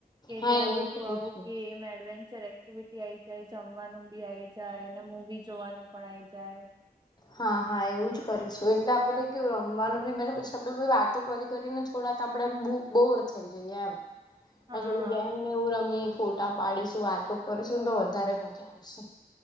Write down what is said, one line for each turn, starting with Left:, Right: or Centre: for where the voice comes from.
Right: કે
Left: હા
Right: જ્યાં
Left: એવું
Right: બધું
Left: કરીશું
Right: આવું કે એમ એડવેન્ચર એક્ટિવિટી આ આવી જાય જમવાનું બી આઈ જાય ને મવી જોવાનું પણ આઈ જાય.
Left: હા હા એવું જ કરીશું એટલે આપણે કેવું રમવાનું બી મે પછી આપણેે વાતો કરી કરીને જ થોડાક આપણેે બોર થઈ જઈએ એમ
Right: હા
Left: થોડક ગેમ ને એવું રમી ફોટા પાડીશું વાતો કરીશું ને તો વધારે મજા આવશે